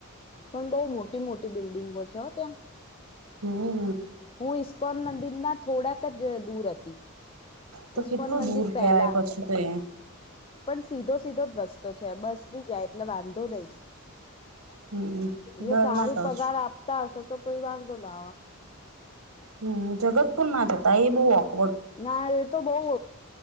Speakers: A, on the left; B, on the right.
A: પણ બોવ મોટી મોટી બિલ્ડિંગો છે, હ ત્યાં
B: હમ.
A: હું ઈસ્કોન મંદિર ના થોડાક જ દૂર હતી.
B: તો
A: ઈસ્કોન
B: કેટલું
A: મંદિર
B: દૂર
A: પહેલા
B: કેવાય પછી તો એ
A: પણ સીધો સીધો જ રસ્તો છે, બસ ભી જાય એટલે વાંધો નય
B: હમ
A: જો
B: ડરમાં
A: સારું
B: ટચ
A: પગાર આપતા હશે તો પહી વાંધો ના આવે
B: હમ જગતપુર ના જતા એ બોવ ઓ
A: ના એ તો બોવ